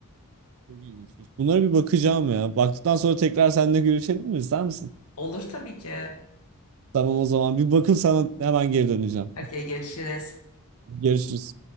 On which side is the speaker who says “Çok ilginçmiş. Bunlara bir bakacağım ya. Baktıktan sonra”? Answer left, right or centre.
Right